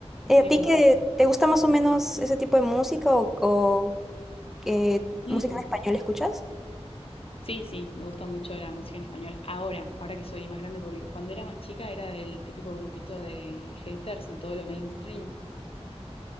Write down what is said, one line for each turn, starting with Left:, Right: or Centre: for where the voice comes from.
Centre: Eh,
Left: Tiene
Centre: ¿a ti
Left: como...
Centre: que te gusta más o menos ese tipo de música o, o qué
Left: Sí,
Centre: música en español escuchas?
Left: sí, sí, me gusta mucho la música en español. Ahora, ahora que soy más grande, porque cuando era más chica era del típico grupito de haters de todo lo mainstream.